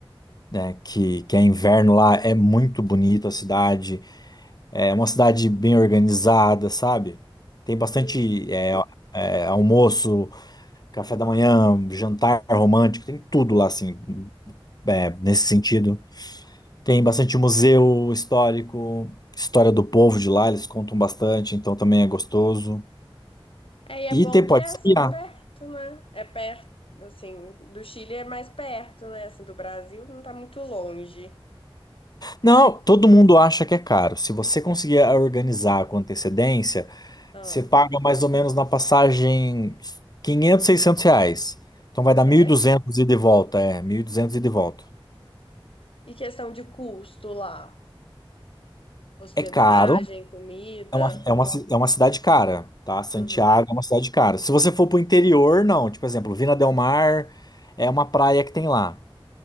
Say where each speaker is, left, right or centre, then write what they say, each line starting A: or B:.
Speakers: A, on the left; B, on the left.
A: né? Que, que é inverno lá, é muito bonito a cidade, é uma cidade bem organizada, sabe? Tem bastante
B: Sim.
A: é, é, almoço, café da manhã, jantar romântico, tem tudo lá, assim, é, nesse sentido. Tem bastante museu histórico, história do povo de lá, eles contam bastante, então também é gostoso.
B: É, e é
A: E
B: bom
A: tem,
B: que
A: pode
B: é
A: esquiar.
B: assim, perto, né? É perto, assim, do Chile é mais perto, né? Assim, do Brasil não tá muito longe.
A: Não, todo mundo acha que é caro. Se você conseguir organizar com antecedência,
B: Ah,
A: você paga mais ou menos na passagem 500 600 reais. Então vai
B: certo?
A: dar 1.200 ida e de volta, é, 1.200 ida e de volta.
B: E questão de custo lá? Hospedagem,
A: É caro,
B: comida.
A: é uma, é uma, ci- é uma cidade cara, tá? Santiago
B: Uhum.
A: é uma cidade cara. Se você for pro interior, não. Tipo, exemplo, Vina del Mar é uma praia que tem lá.